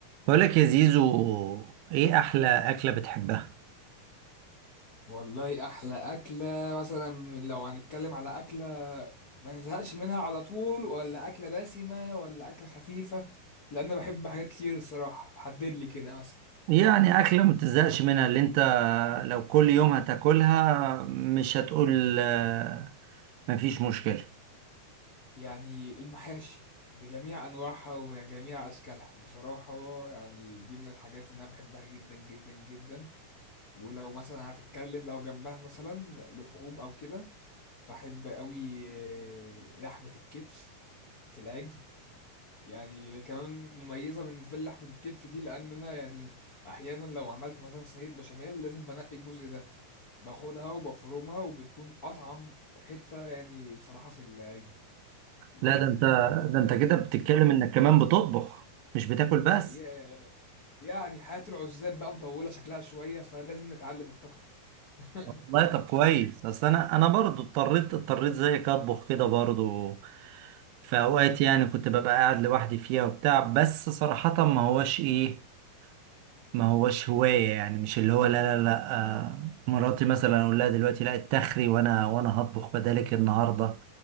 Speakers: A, on the right; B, on the left.
A: بقولك يا زيزو ايه احلى اكلة بتحبها
B: والله احلى اكله مثلا لو هنتكلم على اكله ما نزهقش منها على طول ولا اكله دسمه ولا اكله خفيفه لان انا بحب حاجات كتير الصراحه حدد لي كده مثلا
A: يعني اكلة ما بتزهقش منها اللي انت لو كل يوم هتاكلها مش هتقول آه، مفيش مشكلة
B: يعني المحاشي بجميع انواعها وبجميع اشكالها بصراحه يعني دي من الحاجات اللي انا بحبها جدا جدا جدا ولو مثلا هتتكلم لو جنبها مثلا لحوم او كده فاحب قوي لحمه الكتف في العجل يعني كمان مميزة بالنسبة لي لحمة الكتف دي لأن أنا يعني أحيانا لو عملت مثلا صينية بشاميل لازم بنقي الجزء ده باخدها وبفرمها وبتكون أطعم حتة يعني بصراحة في العجل يعني
A: لا ده انت ده انت كده بتتكلم انك كمان بتطبخ مش بتاكل بس
B: يا- يعني حياة العزاب بقى مطولة شكلها شوية فلازم نتعلم الطبخ <laughs>
A: والله طب كويس اصل انا انا برضو اضطريت اضطريت زيك اطبخ كده برضو في اوقات يعني كنت ببقى قاعد لوحدي فيها وبتاع بس صراحة ما هوش ايه ما هوش هواية يعني مش اللي هو لا لا لا آه، مراتي مثلا اقول لها دلوقتي لا اتخري وانا وانا هطبخ بدالك النهاردة